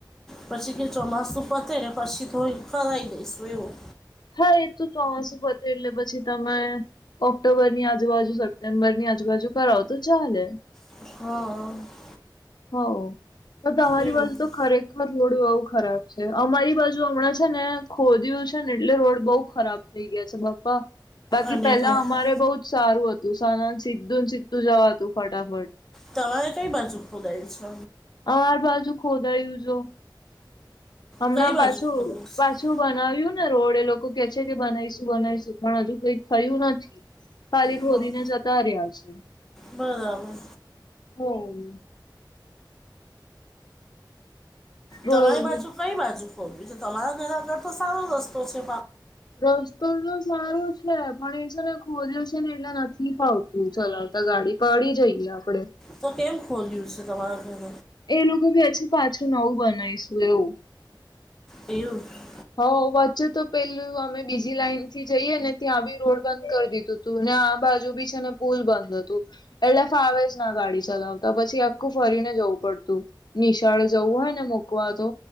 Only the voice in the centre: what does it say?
પછી કે ચોમાસું પતે એ પછી થોડી ફરાઈ દઈસું એવું.
હા અ.
એવું
અને
ભાઈ
તમારે કઈ બાજુ ખોદાય છે?
કઈ
ખોદાયું છે
હમ,
બરાબર.
તમારી
બાજુ કઈ બાજુ ખોદ્યું છે? તમારા ઘર આગળ તો સારો રસ્તો છે.
તો કેમ ખોલ્યું છે તમારા ઘર?
એવું જ.